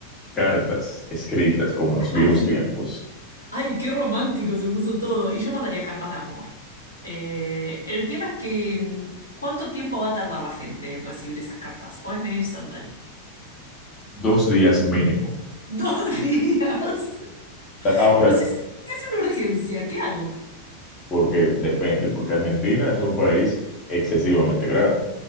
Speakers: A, on the left; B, on the left.
A: cartas escritas como en los viejos
B: ay,
A: tiempos,
B: Ay, qué romántico se puso todo. Y yo mandaría cartas de amor. Eh, el tema es que, mm, ¿cuánto tiempo va a tardar la gente en recibir esas cartas? ¿O es medio instantáneo?
A: dos días mínimo.
B: <laughs> Dos días.
A: Ahora
B: Pero si es, si es una urgencia, ¿qué hago?
A: porque depende, porque Argentina es un país excesivamente grande.